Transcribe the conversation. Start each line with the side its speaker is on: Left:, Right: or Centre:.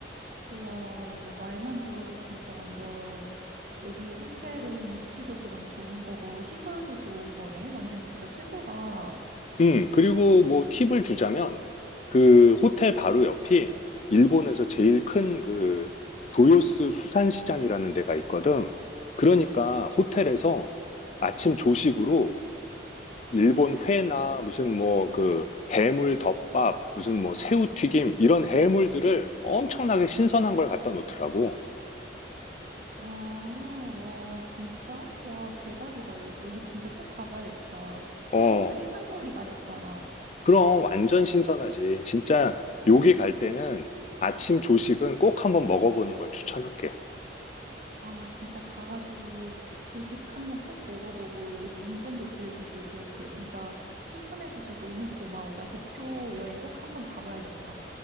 Right: 와, 이거 말만 들어도 진짜 완전, 여기 호텔은 위치도 그럼 좋은 거고, 시설도 좋은 거네. 완전 진짜 최고다.
Left: 음 그리고 뭐 팁을 주자면 그 호텔 바로 옆이 일본에서 제일 큰 그 도요스 수산시장이라는 데가 있거든. 그러니까 호텔에서 아침 조식으로 일본 회나 무슨 뭐 그 해물 덮밥, 무슨 뭐 새우튀김 이런 해물들을 엄청나게 신선한 걸 갖다 놓더라고.
Right: 아, 와, 진짜? 와, 대박이다. 여- 여기 진짜 꼭 가봐야겠다.
Left: 어,
Right: 일본 또 해산물이 맛있잖아.
Left: 그럼 완전 신선하지. 진짜 여기 갈 때는 아침 조식은 꼭 한번 먹어보는 걸 추천할게.
Right: 아, 진짜 가가지고 조식 한번 꼭 먹어보고 여기서 온천도 즐기고 그럴게. 진짜 추천해줘서 너무 고마워. 나 도쿄 여행 꼭 한번 가봐야겠다.